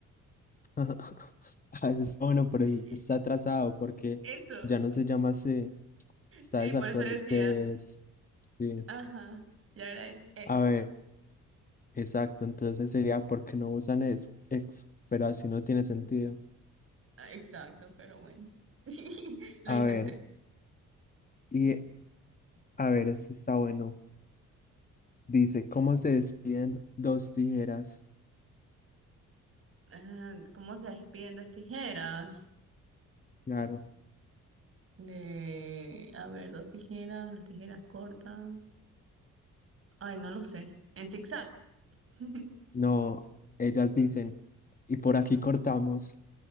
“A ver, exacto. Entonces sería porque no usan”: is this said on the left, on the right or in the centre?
Left